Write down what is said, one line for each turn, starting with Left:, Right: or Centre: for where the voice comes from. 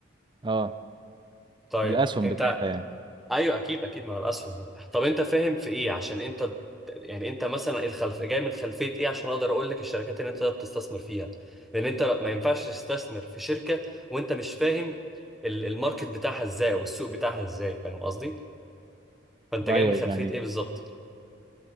Right: اه
Centre: طيب
Right: الاسهم
Centre: انت
Right: بتاعتها يعني
Centre: ايوه اكيد اكيد مع الاسهم طب انت فاهم في ايه عشان انت يعني انت مثلا الخلف جاي من خلفيه ايه عشان اقدر اقول لك الشركات اللي انت بتستثمر فيها لان انت ما ينفعش تستثمر في شركه وانت مش فاهم ال- الماركت بتاعها ازاي والسوق بتاعها ازاي فاهم قصدي فانت
Right: ايوه
Centre: جاي من خلفيه
Right: يعني
Centre: ايه بالظبط